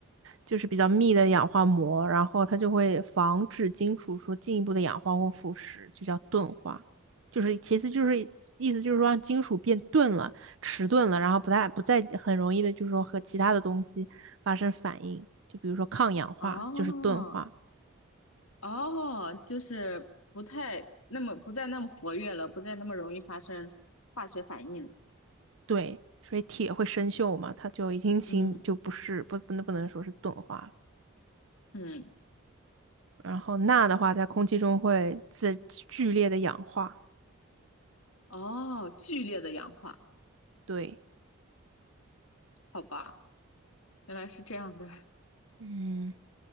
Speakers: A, on the right; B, on the left.
A: 就是比较密的氧化膜，然后它就会防止金属说进一步的氧化或腐蚀，就叫钝化。就是其次就是意思就是说让金属变钝了、迟钝了，然后不太不再很容易的，就是说和其他的东西发生反应，就比如说抗氧化就是钝化，
B: 哦哦，就是不太那么不再那么活跃了，不再那么容易发生化学反应了。
A: 对，所以铁会生锈嘛，它就已经形就不是不不能不能说是钝化了。
B: 嗯嗯，
A: 然后钠的话，在空气中会自剧烈的氧化。
B: 哦，剧烈的氧化，
A: 对，
B: 好吧，原来是这样的。
A: 嗯